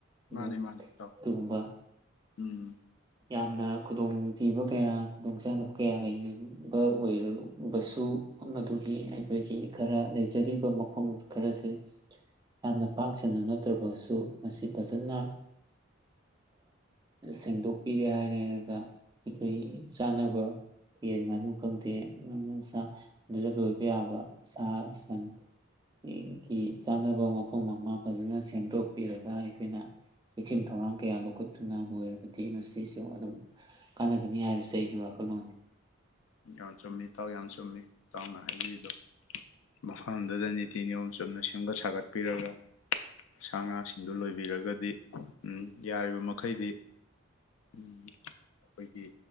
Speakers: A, on the right; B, on the left.
A: ꯎ
B: ꯃꯥꯅꯦ ꯃꯥꯅꯦ ꯏꯇꯥꯎ
A: ꯑꯗꯨꯒꯨꯝꯕ
B: ꯎꯝ
A: ꯌꯥꯝꯅ ꯈꯨꯗꯣꯡ ꯅꯨꯡꯊꯤꯕ ꯀꯌꯥ ꯈꯨꯗꯣꯡꯆꯥꯥꯗꯕ ꯀꯌꯥ ꯂꯩꯕ ꯑꯣꯏꯔꯔꯕꯁꯨ ꯃꯐꯝ ꯑꯗꯨꯒꯤ ꯑꯩꯈꯣꯏꯒꯤ ꯈꯔ ꯂꯩꯖꯔꯤꯕ ꯃꯐꯝ ꯈꯔꯁꯦ ꯌꯥꯝꯅ ꯄꯥꯛ ꯁꯟꯅ ꯅꯠꯇ꯭ꯔꯕꯁꯨ ꯃꯁꯤ ꯐꯖꯅ ꯁꯦꯡꯗꯣꯛ ꯄꯤꯔꯦ ꯍꯥꯏꯔꯦꯔꯒ ꯑꯩꯈꯣꯏ ꯆꯥꯅꯕ ꯌꯦꯟ ꯉꯥꯅꯨ ꯈꯪꯗꯦ ꯁꯥ ꯑꯗꯨꯗ ꯂꯣꯏꯕ ꯌꯥꯕ ꯁꯥ ꯁꯟꯒꯤ ꯆꯥꯅꯕ ꯃꯐꯝ ꯑꯃ ꯐꯖꯅ ꯁꯦꯝꯗꯣꯛꯄꯤꯔꯒ ꯑꯩꯈꯣꯏꯅ ꯆꯦꯛꯁꯤꯟ ꯊꯧꯔꯥꯡ ꯀꯌꯥ ꯂꯧꯈꯠꯇꯨꯅ ꯂꯣꯏꯔꯕꯗꯤ ꯃꯁꯤ ꯁꯤꯁꯨ ꯑꯗꯨꯝ ꯀꯥꯟꯅꯒꯅꯤ ꯍꯥꯏꯕꯁꯦ ꯑꯩꯒꯤ ꯋꯥꯈꯜꯂꯣꯟꯅꯤ
B: ꯌꯥꯝ ꯆꯨꯝꯃꯤ ꯊꯥꯎ ꯌꯥꯝ ꯆꯨꯝꯃꯤ ꯆꯥꯎꯅ ꯍꯥꯏꯕꯤꯔꯤꯗꯣ ꯃꯐꯝꯗꯨꯗ ꯅꯤꯇꯤ ꯅꯤꯌꯣꯝ ꯆꯨꯝꯅ ꯁꯦꯝꯒꯠ ꯁꯥꯒꯠꯄꯤꯔꯒ ꯁꯥ ꯉꯥꯁꯤꯡꯗꯨ ꯂꯣꯏꯕꯤꯔꯒꯗꯤ ꯎꯝ ꯌꯥꯔꯤꯕ ꯃꯈꯩꯗꯤ ꯑꯩꯈꯣꯏꯒꯤ